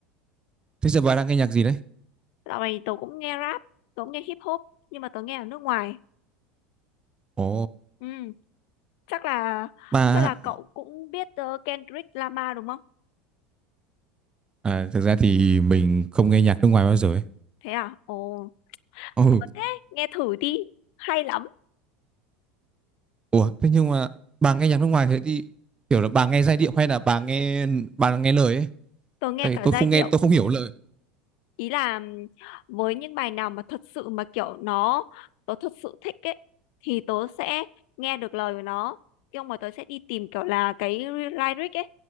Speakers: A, on the right; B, on the left.
A: thế giờ bà đang nghe nhạc gì đấy
B: dạo này tớ cũng nghe rap tớ cũng nghe hip hop nhưng mà tớ nghe ở nước ngoài
A: ồ
B: ừ, chắc là
A: bà
B: chắc là cậu cũng biết ờ, Kendrick Lamar đúng không
A: à, thực ra thì mình không nghe nhạc nước ngoài bao giờ ấy
B: thế à ồ
A: ừ.
B: buồn thế nghe thử đi hay lắm
A: ủa thế nhưng mà bà nghe nhạc nước ngoài thế thì kiểu là bà nghe giai điệu hay là bà nghe bà nghe lời ấy
B: tớ nghe
A: tại
B: cả
A: vì tôi
B: giai
A: không
B: điệu
A: nghe tôi không hiểu lời
B: ý là ừm, với những bài nào mà thật sự mà kiểu nó tớ thật sự thích ấy thì tớ sẽ nghe được lời của nó nhưng mà tớ sẽ đi tìm kiểu là cái lyric ấy